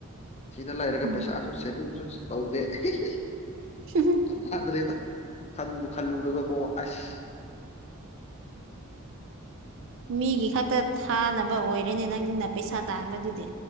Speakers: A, on the left; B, on the right.
A: ꯁꯤꯗ ꯂꯩꯔꯒ
B: ꯎꯝ
A: ꯄꯩꯁꯥꯁꯨ ꯁꯦꯕꯤꯡꯁꯨ ꯇꯧꯗꯦ <unintelligible>
B: <unintelligible>
A: ꯀꯥꯟꯅꯗ꯭ꯔꯦꯗ ꯈꯟꯕꯨ ꯈꯜꯂꯨꯔꯒ ꯀꯣ ꯑꯁ
B: ꯃꯤꯒꯤ ꯈꯛꯇ ꯊꯥꯅꯕ ꯑꯣꯏꯔꯦꯅꯦ ꯅꯪꯅ ꯄꯩꯁꯥ ꯇꯥꯟꯕꯗꯨꯗꯤ